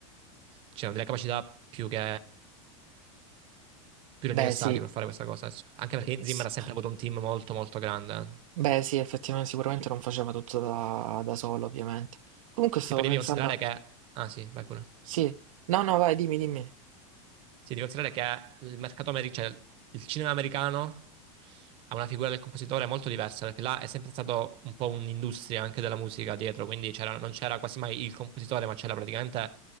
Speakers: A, on the right; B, on the right.
A: c'erano delle capacità più che, più che
B: Beh,
A: necessarie
B: sì.
A: per fare questa cosa. Anche perché
B: eh,
A: Zimmer
B: sì.
A: ha sempre avuto un team molto, molto grande.
B: Beh, sì, effettivamente sicuramente non faceva tutto da, da solo, ovviamente. Comunque stavo
A: Sì, poi
B: pensando,
A: devi considerare che... Ah sì, vai pure.
B: sì. No, no, vai, dimmi, dimmi.
A: Sì, devi considerare che il mercato americano, cioè il cinema americano ha una figura del compositore molto diversa, perché là è sempre stato un po' un'industria anche della musica dietro, quindi c'era- non c'era quasi mai il compositore, ma c'era praticamente